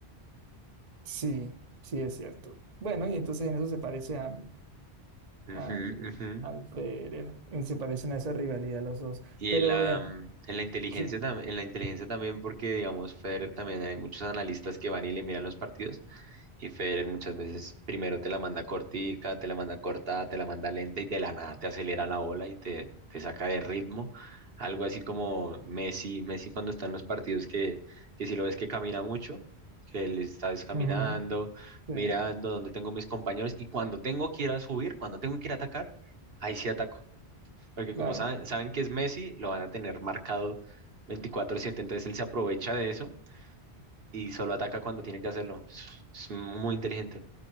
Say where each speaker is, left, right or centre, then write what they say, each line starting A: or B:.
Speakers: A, on the right; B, on the right.
A: sí, sí es cierto. Bueno, y entonces en eso se parece a,
B: Ujú,
A: al,
B: ujú.
A: al Federer. Y Se parecen a esa rivalidad los dos.
B: Y
A: Pero
B: en la,
A: vean,
B: mm, en la inteligencia,
A: que
B: tam- en la inteligencia también, porque digamos, Federer también hay muchos analistas que van y le miran los partidos. Y Federer muchas veces primero te la manda cortica, te la manda corta, te la manda lenta y de la nada te acelera la bola y te, te saca de ritmo. Algo así como Messi, Messi cuando está en los partidos que, que si lo ves que camina mucho, que él está descaminando,
A: ujú, sí,
B: mirando dónde tengo mis compañeros y cuando tengo que ir a subir, cuando tengo que ir a atacar, ahí sí ataco porque
A: claro.
B: como saben, saben que es Messi, lo van a tener marcado 24/7. Entonces él se aprovecha de eso y solo ataca cuando tiene que hacerlo. Es muy inteligente.